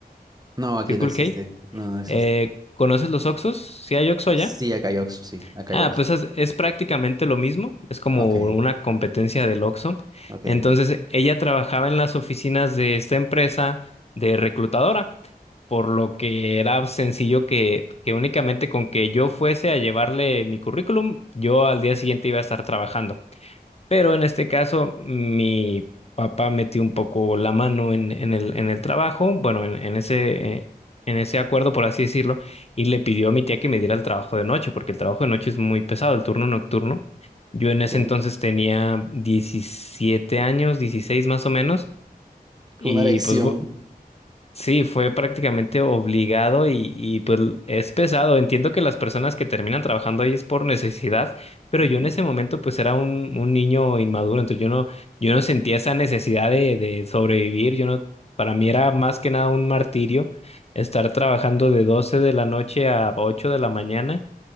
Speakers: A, on the right; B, on the left.
A: No, aquí
B: Circle
A: no existe,
B: K.
A: no, no existe.
B: Eh, ¿conoces los Oxos? ¿Sí hay Oxxo allá?
A: Sí, acá hay Oxxo, sí, acá
B: Ah,
A: hay Oxxo.
B: pues es, es prácticamente lo mismo, es como
A: Ok,
B: una competencia del Oxxo.
A: ok.
B: Entonces, ella trabajaba en las oficinas de esta empresa de reclutadora, por lo que era sencillo que, que únicamente con que yo fuese a llevarle mi currículum, yo al día siguiente iba a estar trabajando. Pero en este caso, mi papá metió un poco la mano en, en el, en el trabajo, bueno, en, en ese, eh, en ese acuerdo, por así decirlo, y le pidió a mi tía que me diera el trabajo de noche, porque el trabajo de noche es muy pesado, el turno nocturno. Yo
A: <laughs>
B: en ese
A: Ok,
B: entonces tenía 17 años, 16 más o menos,
A: Fue
B: y
A: una lección.
B: pues bu- Sí, fue prácticamente obligado y, y, pues es pesado. Entiendo que las personas que terminan trabajando ahí es por necesidad, pero
A: ujú,
B: yo en ese momento pues era un, un niño inmaduro, entonces yo no, yo no sentía esa necesidad de, de sobrevivir. Yo no, para mí era más que nada un martirio estar trabajando de 12 de la noche a 8 de la mañana.